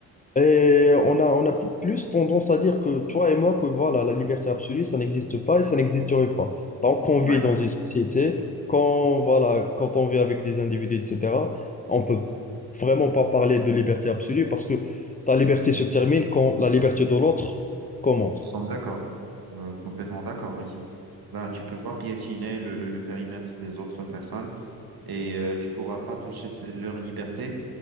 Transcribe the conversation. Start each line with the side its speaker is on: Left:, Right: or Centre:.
Left: Et on a, on a pl- plus tendance à dire que toi et moi, que voilà, la liberté absolue, ça n'existe pas et ça n'existerait pas. Tant qu'on vit
Right: ouais,
Left: dans une société, quand, voilà, quand on vit avec des individus, etc., on peut vraiment pas parler de liberté absolue parce que ta liberté se termine quand la liberté de l'autre commence.
Right: nous sommes d'accord, Euh, complètement d'accord, oui. Ben, tu peux pas piétiner le, le, le périmètre des autres personnes et euh, tu pourras pas toucher ce- leur liberté.